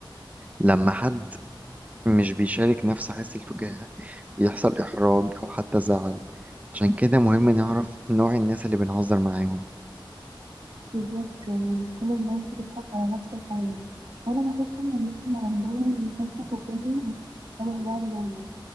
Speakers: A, on the right; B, on the right.
A: لما حد مش بيشارك نفس حس الفكاهة يحصل إحراج أو حتى زعل عشان كده مهم نعرف نوع الناس اللي بنهزر معاهم
B: بالظبط يعني مش كل الناس بتضحك على نفس الحاجة وأنا بحس إن الناس اللي عندهم حس فكاهي مش شبه بعض دايما